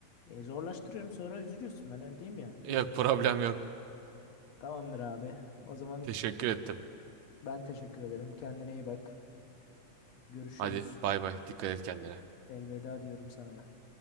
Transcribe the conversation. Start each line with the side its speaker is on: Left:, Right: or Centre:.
Left: E, zorlaştırıyorum sonra üzülüyorsun. Ben öyle diyeyim yani.
Right: Yok
Left: Üz
Right: problem yok.
Left: Tamamdır abi. O zaman
Right: Teşekkür ettim.
Left: ben teşekkür ederim. Kendine iyi bak. Görüşürüz.
Right: Hadi bay bay. Dikkat et kendine.
Left: Elveda diyorum sana.